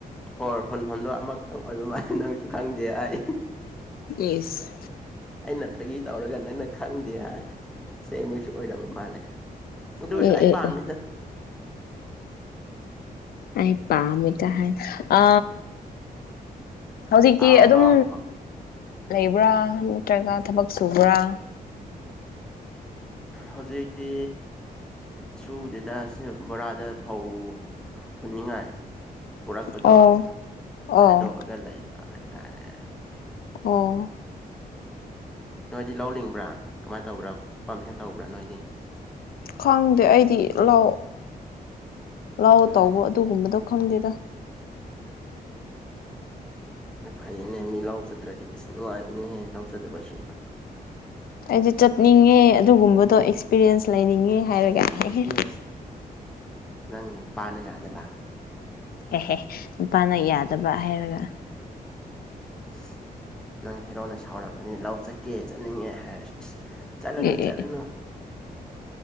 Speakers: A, in the centre; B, on the left.
A: ꯍꯣꯔ ꯍꯣꯟꯐꯝꯗꯣ ꯑꯃꯈꯛꯇꯪ ꯑꯣꯏꯕ ꯃꯥꯜꯜꯂꯤꯦ ꯅꯪꯁꯨ ꯈꯪꯗꯦ ꯑꯩ
B: ꯌꯦꯁ
A: ꯑꯩꯅ ꯐꯥꯒꯤ ꯇꯧꯔꯒ ꯅꯪꯅ ꯈꯪꯗꯦ ꯍꯥꯏ ꯇꯁꯦꯡ ꯃꯣꯏꯁꯨ ꯑꯣꯏꯔꯕ ꯃꯥꯜꯂꯦ ꯃ ꯄ
B: ꯑꯦ
A: ꯑꯩ
B: ꯑꯦ
A: ꯄꯑꯃꯤꯗ
B: ꯑꯦ ꯑꯩ ꯄꯝ ꯇ ꯍꯥꯏꯦ ꯑ ꯍꯧꯖꯤꯛꯇꯤ
A: ꯑꯥꯎ
B: ꯑꯗꯨꯝ
A: ꯑꯥꯎ ꯑꯥꯎ
B: ꯂꯩꯕ꯭ꯔꯥ ꯅꯠꯇ꯭ꯔꯒ ꯊꯕꯛ ꯁꯨꯕ꯭ꯔꯥ
A: ꯍꯧꯖꯤꯛꯇꯤ ꯁꯨꯗꯦꯗ ꯕꯣꯔꯥꯗ ꯐꯧ ꯍꯨꯅꯤꯡꯉꯥꯏ ꯄꯨꯔꯥ ꯄꯗꯣ
B: ꯑꯣ ꯑꯣ
A: ꯈꯥꯏꯗꯣꯛꯑꯒ ꯂꯩꯕ ꯍꯥꯏꯇꯥꯔꯦ
B: ꯑꯣ
A: ꯅꯣꯏꯗꯤ ꯂꯧꯅꯤꯡꯕ꯭ꯔꯥ ꯀꯃꯥꯏꯅ ꯇꯧꯕ꯭ꯔꯥ ꯄꯝꯐꯦꯟ ꯇꯧꯕ꯭ꯔꯥ ꯅꯣꯏꯗꯤ
B: ꯈꯪꯗꯦ ꯑꯩꯗꯤ ꯂꯥꯎ ꯂꯥꯎ
A: ꯎꯝ
B: ꯇꯧꯕ ꯑꯗꯨꯒꯨꯝꯕꯗꯣ ꯈꯪꯗꯦꯗ
A: ꯐꯩꯅꯦ ꯃꯤ ꯂꯧꯥꯎꯖꯗ꯭ꯔꯗꯤ ꯏꯁ ꯅꯨꯡꯉꯥꯏꯕꯅꯦꯍꯦꯟꯅ ꯂꯧꯥꯎꯖꯗꯕꯁꯨ
B: ꯑꯩꯗꯤ ꯆꯠꯅꯤꯡꯉꯦ ꯑꯗꯨꯒꯨꯝꯕꯗꯣ ꯑꯦꯛꯁꯄꯤꯔꯤꯌꯦꯟꯁ ꯂꯩꯅꯤꯡꯉꯦ ꯍꯥꯏꯔꯒ ꯍꯦꯍꯦ
A: ꯑꯦꯁ ꯅꯪ ꯅꯨꯄꯥꯅ ꯌꯥꯗꯕ
B: ꯑꯦꯦꯍꯦ ꯅꯨꯄꯥꯅ ꯌꯥꯗꯕ ꯍꯥꯏꯔꯒ
A: ꯏꯁ ꯅꯪ ꯍꯤꯔꯣꯅ ꯁꯥꯎꯔꯝꯒꯅꯤ ꯂꯧ ꯆꯠꯀꯦ ꯆꯠꯅꯤꯡꯉꯦ ꯍꯥꯏꯔꯁꯨ ꯏꯁ ꯆꯂꯅ
B: ꯑꯦ
A: ꯆꯂꯅ
B: ꯑꯦ